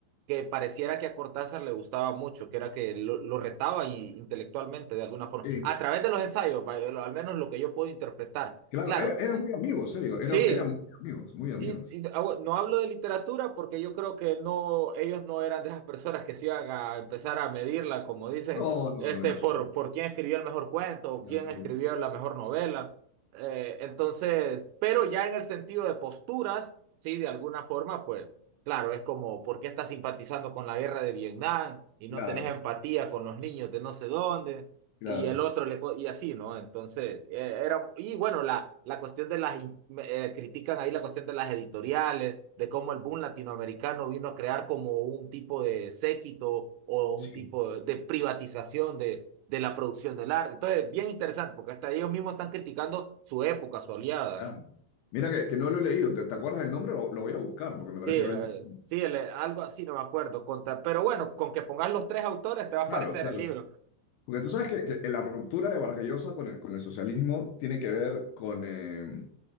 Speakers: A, on the right; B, on the left.
A: que pareciera que a Cortázar le gustaba mucho, que era que lo, lo retaba y, intelectualmente de alguna forma,
B: Sí.
A: a través de los ensayos, vaya, lo- al menos lo que yo puedo interpretar.
B: Claro,
A: Claro,
B: era- eran muy amigos, ellos.
A: sí,
B: Eran, eran muy amigos, muy amigos.
A: y, y ah, bueno, no hablo de literatura porque yo creo que no, ellos no eran de esas personas que se iban a empezar a medirla, como dicen,
B: No, no,
A: este,
B: no, en absoluto.
A: por, por quién escribió el mejor cuento o
B: En
A: quién
B: absoluto.
A: escribió la mejor novela. Eh, entonces, pero ya en el sentido de posturas, sí, de alguna forma, pues, claro, es como, ¿por qué estás simpatizando con la guerra de Vietnam y no
B: Claro,
A: tenés empatía con los niños de no sé dónde?
B: claro.
A: y el otro le co- y así, ¿no? Entonces, eh, era y bueno, la, la cuestión de las in- eh, critican ahí la cuestión de las editoriales, de cómo el boom latinoamericano vino a crear como un tipo de séquito o
B: Sí.
A: un tipo de, de privatización de, de la producción del arte. Entonces, bien interesante, porque hasta ellos mismos están criticando su época, su aliada,
B: Claro.
A: ¿no?
B: Mira que, que no lo he leído. ¿Te, te acuerdas del nombre? Lo, lo voy a buscar porque me parece
A: Sí, eh,
B: re interesante.
A: sí, el- eh, algo así, no me acuerdo. Contra, pero bueno, con que pongas los tres autores te va a aparecer
B: Claro, claro.
A: el libro.
B: Porque tú sabes
A: No.
B: que, que la ruptura de Vargas Llosa con el, con el socialismo tiene que ver con, eh,